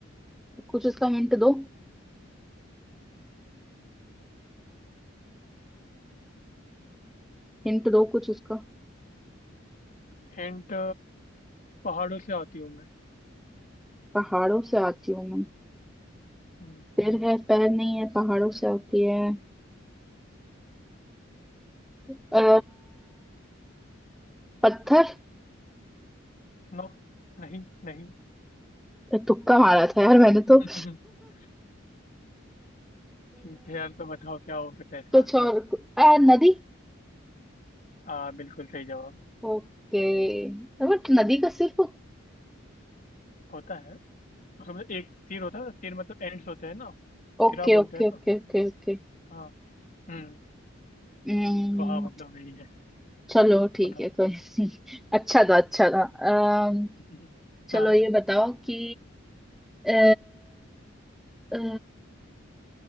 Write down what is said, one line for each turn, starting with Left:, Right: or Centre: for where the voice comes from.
Centre: कुछ उसका हिंट दो हिंट दो कुछ उसका
Left: हिंट पहाड़ों से आती हूँ मैं
Centre: पहाड़ों से आती हूँ मैं
Left: हम्म,
Centre: सिर है पैर नहीं है पहाड़ों से आती है अ, पत्थर
Left: नो नहीं नहीं
Centre: तुक्का मारा था यार मैंने
Left: <laughs>
Centre: तो अ,
Left: ठीक है यार तो बताओ क्या हो सकता है इसका
Centre: कुछ
Left: आंसर
Centre: और आ, नदी
Left: हाँ बिल्कुल सही जवाब
Centre: ओके बट नदी का सिर्फ
Left: होता है उसमें एक सिर होता है सिर मतलब एंड्स होते हैं ना सिरा
Centre: Okay
Left: बोलते
Centre: okay
Left: हैं ना
Centre: okay okay okay
Left: हाँ हम्म,
Centre: हम्म,
Left: तो हाँ मतलब वही है
Centre: चलो ठीक
Left: बताओ
Centre: है कोई नहीं। <laughs> अच्छा था अच्छा था अम,
Left: <laughs>
Centre: चलो
Left: हाँ
Centre: ये बताओ कि अ, अ,